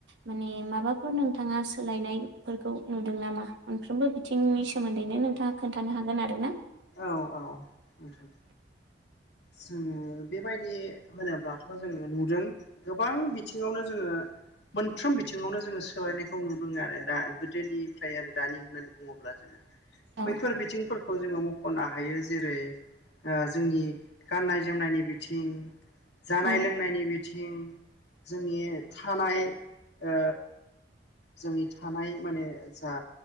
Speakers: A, on the right (about 70°); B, on the left (about 60°).
A: माने माबाफोर नोंथाङा सोलायनायफोरखौ नुदों नामा मोनफ्रोम बो बिथिंनि सोमोन्दैनो नोंथाङा खोन्थानो हागोन आरो ना ।
B: औ औ नोंथां। जोङो बेबायदि होनोब्लाथ' जोङो नुदों गोबां बिथिङावनो जोङो मोनफ्रोम बिथिङावनो जोङो सोलायनायखौ नुदोंङो आरो दा गोदोनिफ्राय आरो दानि होननानै बुङोब्ला जोङो
A: औ
B: बैफोर बिथिंफोरखौ जोङो मख खनो हायो जेरै ओ जोंनि गाननाय जोमनायनि बिथिं जानाय
A: औ
B: लोंनायनि बिथिं जोंनि थानाय ओ जोंनि थानाय माने जा